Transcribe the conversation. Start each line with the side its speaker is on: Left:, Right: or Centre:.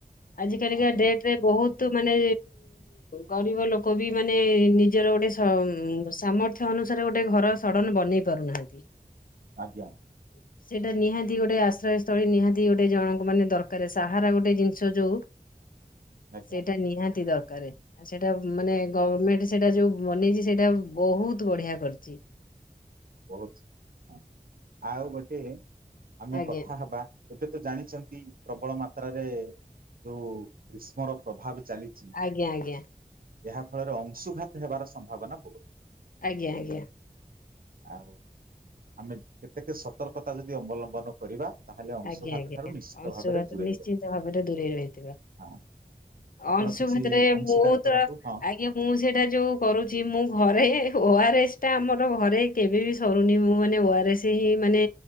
Left: ଆଜି କାଲିକା
Right: ଆଜ୍ଞା।
Left: ଡେଟ ରେ ବହୁତ
Right: ଆଜ୍ଞା
Left: ମାନେ ଗରିବ ଲୋକ ବି ମାନେ ନିଜର ଗୋଟେସା ସାମର୍ଥ୍ୟ ଅନୁସାରେ ଗୋଟେ ଗୋଟେ ଘର ସଡ଼ନ ବନେଇ ପାରୁନାହାନ୍ତି।
Right: ଆଜ୍ଞା।
Left: <unintelligible> ସେଇଟା ନିହାତି ଗୋଟେ ଆଶ୍ରୟ ସ୍ଥଳୀ ନିହାତି ଗୋଟେ ଜଣଙ୍କ ମାନେ ଦରକାର ସାହାରା ଗୋଟେ ଜିନିଷ ଯୋଉ
Right: ଆଜ୍ଞା
Left: ସେଇଟା ନିହାତି ଦରକାରେ ସେଇଟା ମାନେ ଗଭମେଣ୍ଟ ସେଟା ଯୋଉ ବନେଇଛି ସେଇଟା ବହୁତ ବଢିଆ କରିଛି। ଜି।
Right: ବହୁତ ହଁ ଆଉ ଗୋଟେ ଆମେ
Left: ଆଜ୍ଞା
Right: କଥା ହବା ଏବେ ତ ଜାଣିଛନ୍ତି ପ୍ରବଳ ମାତ୍ରାରେ ଯୋଉ ଗ୍ରୀଷ୍ମର ପ୍ରଭାବ ଚାଲିଛି।
Left: ଆଜ୍ଞା ଆଜ୍ଞା।
Right: ଏହା ଫଳରେ ଅଂଶୁଘାତ ହେବାର ସମ୍ଭାବନା ବହୁତ
Left: ଆଜ୍ଞା ଆଜ୍ଞା।
Right: ଆଉ ଆମେ କେତେକେ ସତର୍କତା ଯଦି ଅବଲମ୍ବନ କରିବା ତାହେଲେ ଅଂଶୁଘାତ
Left: ଆଜ୍ଞା ଆଜ୍ଞା
Right: ଠାରୁ ନିଶ୍ଚିତ
Left: ଅଂଶୁଘାତ
Right: ଭାବରେ ଦୂରେଇ
Left: ନିଶ୍ଚିନ୍ତ
Right: ରହିବା
Left: ଭାବରେ ଦୂରେଇ ରହିଥିବ।
Right: ହଁ ଆପଣ
Left: ଅଂଶୁଘାତ
Right: କିଛି
Left: ରେ
Right: ଅଂଶୀଦାର
Left: ମୁଁ
Right: କରନ୍ତୁ
Left: ତ
Right: ହଁ
Left: ଆଜ୍ଞା। ମୁଁ ସେଇଟା ଯୋଉ କରୁଚି ମୁଁ ଘରେ ଓଆରଏସ ଟା ଆମର ଘରେ କେବେ ବି ସରୁନି। ମୁଁ ମାନେ ଓଆରଏସ <unintelligible> ମାନେ